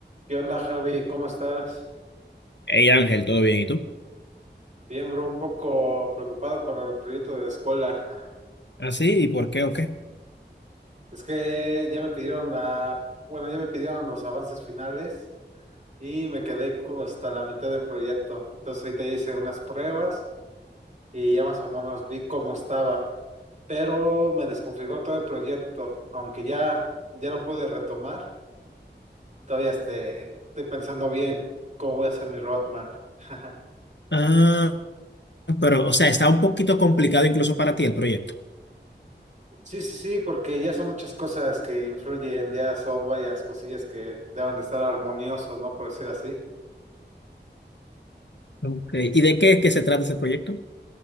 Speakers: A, on the right; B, on the left.
A: ¿Qué onda, Javi? ¿Cómo estás?
B: Hey Ángel, ¿todo bien? ¿Y tú?
A: Bien, bro, un poco preocupado con el proyecto de la escuela. <laughs>
B: ¿Ah, sí? ¿Y por qué o qué?
A: Es que ya me pidieron la, bueno, ya me pidieron los avances finales y me quedé como hasta la mitad del proyecto. Entonces ahorita ya hice unas pruebas y ya más o menos vi cómo estaba, pero me desconfiguró todo el proyecto, aunque ya ya lo pude retomar. Todavía este, estoy pensando bien cómo voy a hacer mi roadmap. <laughs>
B: Ah, pero, o sea, está un poquito complicado incluso para ti el proyecto.
A: Sí, sí, sí, porque ya son muchas cosas que influyen, ya son varias cosillas que deben de estar armoniosos, ¿no? Por decir así.
B: Ok. ¿Y
A: Sí.
B: de qué es que se trata ese proyecto?